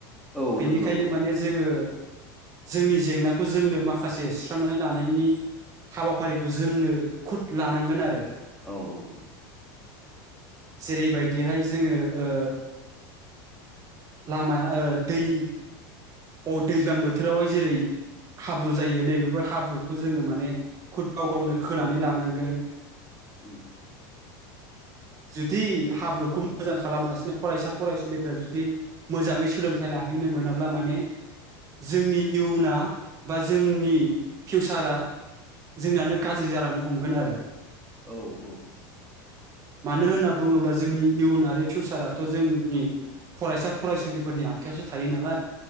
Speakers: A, in the centre; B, on the right.
A: औ
B: बेनिखायनो
A: नंगौ औ
B: माने जोङो जोंनि जेंनाखौ जोंनो माखासे सुस्रांनानै लानायनि हाबाफारिखौ जोंनो खुद लानांगोन आरो
A: औ औ औ
B: जेरैबायदिहाय जोंङो ओ लामाया दै अ दैज्लां बोथोरावहाय जेरै हाब्रु जायो नैबेफोर हाब्रुखौ जोंङो माने खुद गाव गावनो खोनानै लानांगोन
A: उ <unintelligible>
B: जुदि हाब्रुखौ मोजां खालामासिनो फरायसा फरायसुलि जोंफोर जुदि मोजाङै सोलोंथाइ लाहैनो मोनाब्ला माने जोंनि इयुना बा जोंनि फिउसारा जोंनानो गाज्रि जालांनो हमगोन आरो
A: औ औ औ
B: मानो होनना बुंङोब्ला जोंनि इयुन आरो फिउसाराथ जोंनि फरायसा फरायसुलिफोरनि आखायावसो थायो नालाय